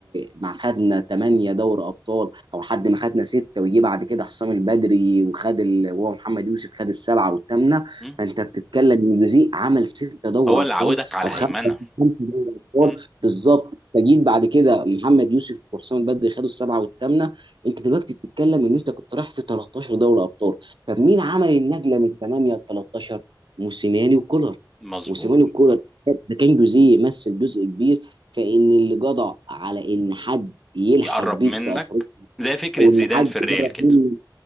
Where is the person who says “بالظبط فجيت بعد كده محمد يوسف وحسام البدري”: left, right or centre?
Right